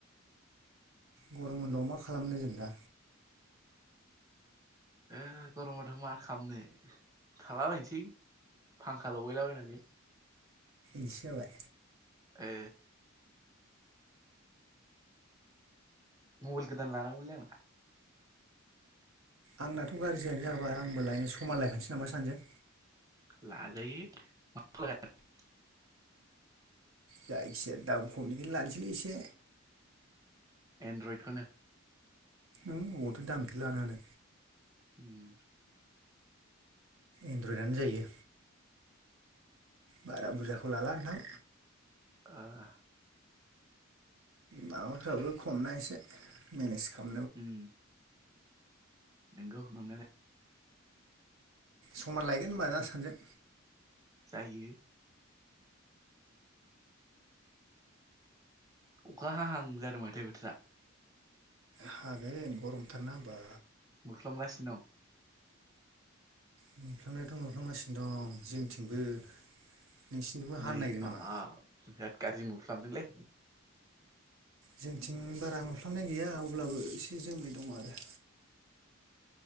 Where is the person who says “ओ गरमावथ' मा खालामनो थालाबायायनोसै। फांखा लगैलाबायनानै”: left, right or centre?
Right